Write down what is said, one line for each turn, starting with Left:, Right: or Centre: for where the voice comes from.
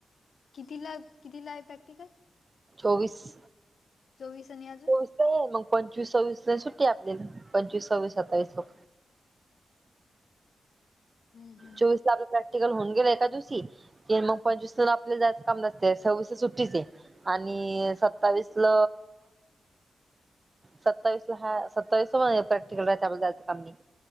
Left: कितीला कितीला आहे प्रॅक्टिकल.
Right: चोवीस.
Left: चोवीस आणि अजून.
Right: चोवीस मग पंचवीस सव्वीस नाही सुट्टी आहे आपल्याला पंचवीस सव्वीस सत्तावीस लोक.
Left: हम्म हम्म
Right: चोवीस ला आपलं प्रॅक्टिकल होऊन गेलं एका दिवशी क मग पंचवीस आपल्या जायं काम नसते सव्वीस सुट्टीच आहे. आणि सत्तावीसल. सत्तावीस ला हा सत्तावीस प्रॅक्टिकल राहा आपला जायं काम नाही.